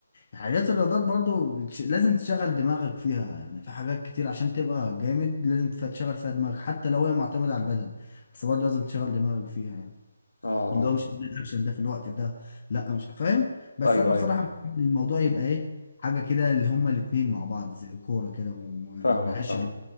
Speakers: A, on the left; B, on the left.
A: حاجات الرياضات برضو بتش... لازم تشغل دماغك فيها يعني في حاجات كتير عشان تبقى جامد لازم تف- تشغل فيها دماغك حتى لو هي معتمدة على البدن بس برضو لازم تشغل دماغك فيها يعني
B: اه اه
A: اللي هو مش هعمل الاكشن ده في الوقت ده لا مش فاهم بس
B: ايوه
A: انا بصراحة
B: ايوه
A: بحب الموضوع يبقى ايه حاجة كده اللي هما الاتنين مع بعض زي الكورة كده وما
B: فاهمك
A: نعيش
B: فاهم
A: على-